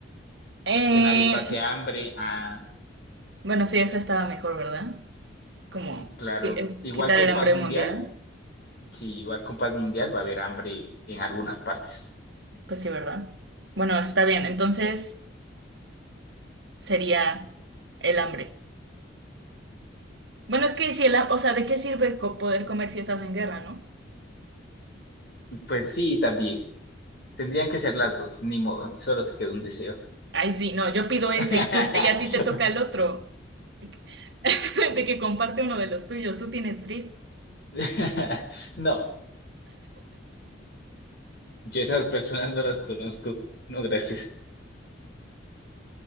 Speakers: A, on the right; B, on the left.
A: Eh,
B: que nadie pase hambre. Ah,
A: bueno, sí, esa estaba mejor, ¿verdad? Como
B: claro.
A: qui- eh,
B: Igual
A: quitar
B: con
A: el hambre
B: paz mundial,
A: mundial.
B: sí, igual con paz mundial va a haber hambre en algunas partes.
A: Pues sí, ¿verdad? Bueno, está bien. Entonces sería el hambre. Bueno, es que si el, ha- o sea, ¿de qué sirve co- poder comer si estás en guerra, no?
B: Pues sí, también. Tendrían que ser las dos, ni modo, solo te quedó un deseo.
A: Ay, sí, no, yo pido ese
B: <laughs>
A: y tú y a ti te toca el otro. <laughs> De que comparte uno de los tuyos, tú tienes tris.
B: <laughs> No, yo esas personas no las conozco. No, gracias.